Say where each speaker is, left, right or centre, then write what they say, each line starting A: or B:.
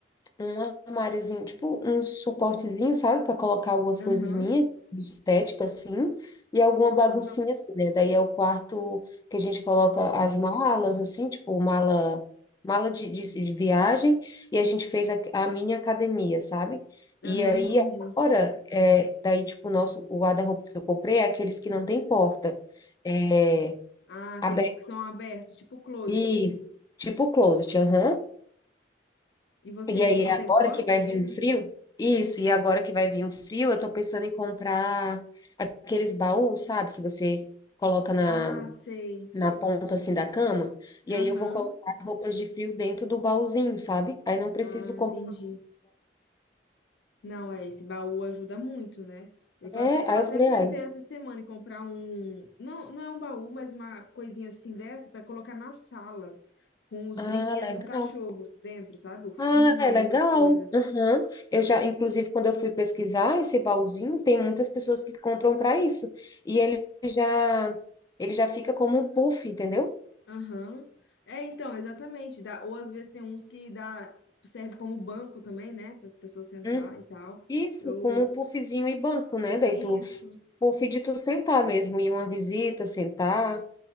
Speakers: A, on the left; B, on the left.
A: um armáriozinho, tipo um suportezinho, sabe, para colocar algumas
B: aham,
A: coisas minhas, de estética assim, e alguma
B: sim.
A: baguncinha assim, né? Daí é o quarto que a gente coloca as malas assim, tipo mala mala de, de, de viagem, e a gente fez a, a minha academia, sabe?
B: Aham,
A: E aí
B: entendi.
A: agora, é, daí tipo o nosso o guarda-roupa que eu comprei é aqueles que não tem porta, é,
B: Ah, aqueles
A: aberto
B: que são abertos, tipo closet.
A: e tipo closet, aham.
B: E você,
A: E aí,
B: você
A: agora
B: gosta
A: que vai
B: dele?
A: vir o frio, isso, e agora que vai vir o frio, eu tô pensando em comprar aqueles baús, sabe, que você coloca na,
B: Ah, sei.
A: na ponta assim da cama, e
B: Aham.
A: aí eu vou colocar as roupas de frio dentro do baúzinho, sabe? Aí não preciso
B: Ah,
A: comprar.
B: entendi. Não, é, esse baú ajuda muito, né? Eu tô
A: É,
B: até, eu
A: aí
B: até
A: eu falei,
B: pensei
A: ai,
B: essa semana em comprar um, não, não é um baú, mas uma coisinha assim dessa para colocar na sala, com os
A: ah,
B: brinquedos
A: legal.
B: do cachorro dentro, sabe? Ursinho,
A: Ah, é legal.
B: essas coisas.
A: Aham. Eu já, inclusive, quando eu fui pesquisar esse baúzinho, tem muitas pessoas que compram para isso. E ele já, ele já fica como um puff, entendeu?
B: Aham. É, então, exatamente. Dá, ou às vezes tem uns que dá, serve como banco também, né? Pra pessoa sentar
A: Hum.
B: e tal.
A: Isso,
B: Eu,
A: como um puffzinho e banco, né? Daí
B: isso.
A: tu, puff de tu sentar mesmo, em uma visita, sentar,